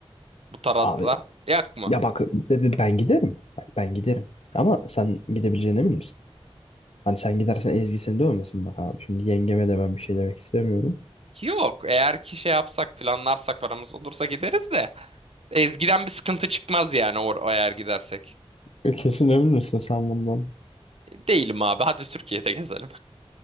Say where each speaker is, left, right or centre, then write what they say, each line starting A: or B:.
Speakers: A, on the right (about 70°); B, on the left (about 75°).
A: bu tarzla
B: Abi
A: yak mı?
B: Ya bak de- ben giderim. Bak, Ben giderim. Ama sen gidebileceğine emin misin? Hani sen gidersen Ezgi seni dövmesin bak abi. Şimdi yengeme de ben bir şey demek istemiyorum.
A: Yok. Eğer ki şey yapsak, planlarsak, paramız olursa gideriz de. Ezgi'den bir sıkıntı çıkmaz yani or eğer gidersek.
B: E, Kesin emin misin sen bundan?
A: Değilim abi. Hadi Türkiye'de gezelim.